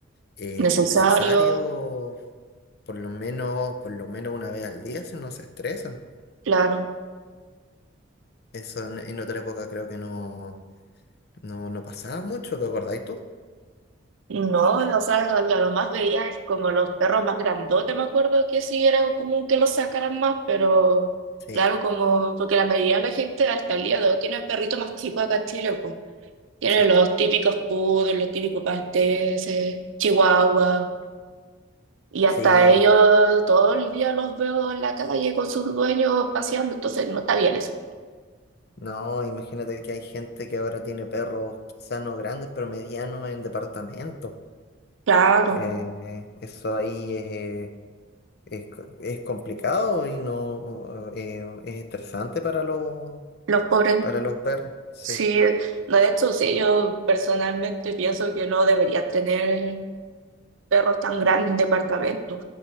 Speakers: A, on the left; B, on the right.
A: eh,
B: necesario,
A: necesarios por lo menos, por lo menos una vez al día si no se estresan.
B: claro.
A: Eso en, en otra época creo que no, no, no pasaba mucho, ¿te acordáis tú?
B: No, o sea, lo, lo más veía es como los perros más grandotes, me acuerdo que sí era común que los sacaran más, pero
A: Sí,
B: claro, como porque la mayoría de la gente hasta el día de hoy tiene perritos más chicos acá en Chile, pues. Tienen
A: sí,
B: los típicos poodles, los típicos malteses, chihuahuas, y hasta
A: sí.
B: ellos todo el día los veo en la calle con sus dueños paseando, entonces no está bien eso.
A: No, imagínate que hay gente que ahora tiene perros, quizá no grandes, pero medianos en departamento.
B: Claro,
A: Eh, eso ahí es, eh, es, co- es complicado y no eh, es estresante para los,
B: los pobres,
A: para los perros. Sí.
B: sí, no, de hecho, sí, yo personalmente pienso que no debería tener perros tan grandes en departamentos,